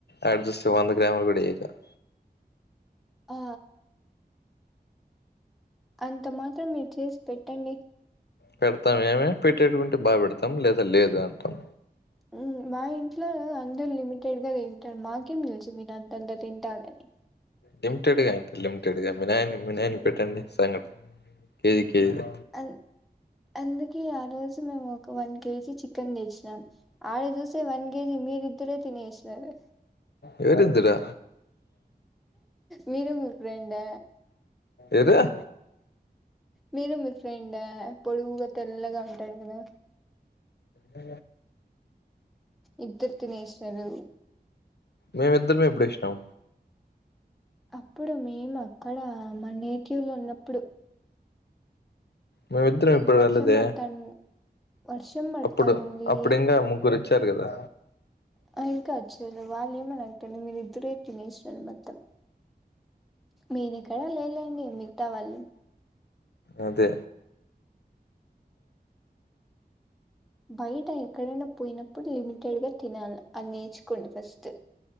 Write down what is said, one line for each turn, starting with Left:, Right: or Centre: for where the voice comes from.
Left: అటు చూస్తూ వంద గ్రాములు కూడా ఇయ్యడాడు
Centre: ఆ అంత మాత్రం మీరు చేసి పెట్టండి
Left: పెడతాం ఏమే పెట్టేటివి ఉంటే బాగా పెడతాం ం లేదా లేదు అంటాం
Centre: మ్మ్ మా ఇంట్లో అందరు లిమిటెడ్గా తింటారు నాకేం తెలుసు మీరు అంత అంత తింటారు అని
Left: లిమిటెడ్ గా అంట లిమిటెడ్గా మీ నయా నయానికి పెట్టండి సంగట కేజీ కేజీది
Centre: అ ఎందు కే ఆ రోజు మేము ఒక వన్ కేజీ చికెన్ తెచినాం ఆడ చూసే వన్ కేజీ మీరిద్దరే తి తినేసినారు
Left: ఎవరిదరు
Centre: మీరు మీ ఫ్రెండ్
Left: ఎవరు
Centre: మీరు మీ ఫ్రెండ్ పొడువుగా తెల్లగా ఉంటాడు కదా
Left: అ
Centre: ఇద్దరు తినేసినారు
Left: మేమిద్దరం ఎప్పుడ ఒచ్చినం
Centre: అప్పుడు మేము అక్కడ మా నేటివ్ లో ఉన్నప్పుడు
Left: మేమిద్దరం ఎప్పుడు
Centre: వర్షం
Left: రాలేదే
Centre: పడతాను వర్షం పడతానండి
Left: అప్పుడు అప్పుడింగ ముగ్గురు వచ్చారు కదా
Centre: హ ఇంకొచ్చిరు వాళ్ళు ఏమని తినలే మీరు ఇద్దరే తినేసినారు మొత్తం నేను ఇక్కడ లేలేండి మిగతా వాళ్ళు
Left: అంతే
Centre: బయట ఎక్కడనా పోయినప్పుడు లిమిటెడ్ గా తినాలా అని నేర్చుకోండి ఫస్ట్